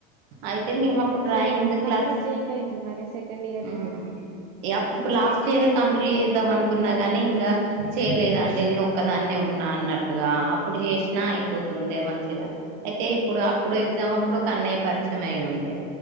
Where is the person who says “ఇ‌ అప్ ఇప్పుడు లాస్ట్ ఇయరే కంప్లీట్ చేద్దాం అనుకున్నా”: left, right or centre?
Right